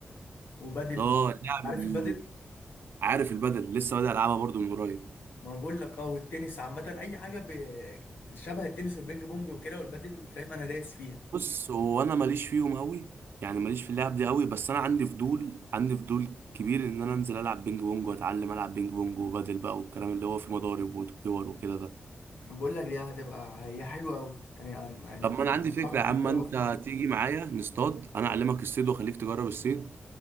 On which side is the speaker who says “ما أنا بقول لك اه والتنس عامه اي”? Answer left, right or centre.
Left